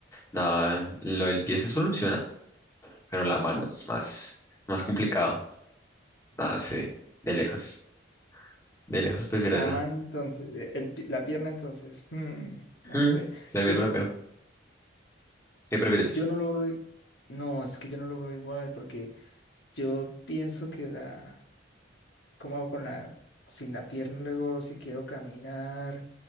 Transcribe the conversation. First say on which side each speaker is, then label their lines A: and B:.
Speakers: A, on the left; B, on the left.
A: No, lo del pie se soluciona, pero la mano es más, más complicado. Ah, sí, de lejos. De lejos prefiero
B: La
A: esa.
B: mano, entonces, eh, el pi- la pierna, entonces, mm, no
A: Mm,
B: sé.
A: prefiero
B: Yo, no-
A: la pierna. ¿Qué prefieres?
B: yo no lo veo. No, es que yo no lo veo igual, porque yo pienso que la. ¿Cómo hago con la. Sin la pierna, luego, si quiero caminar,